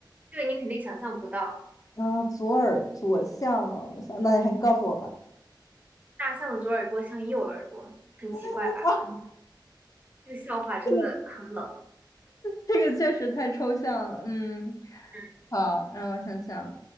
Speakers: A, on the right; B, on the left.
A: 这个你肯定想象不到，
B: 啊，左耳左向向，那你还是告诉我吧。
A: 大象的左耳朵像右耳朵，很奇怪吧？
B: <laughs> 啊，
A: 很，这个笑话真的很冷。
B: 这个这个确实太抽象了，嗯，
A: 嗯
B: 好，让我想想，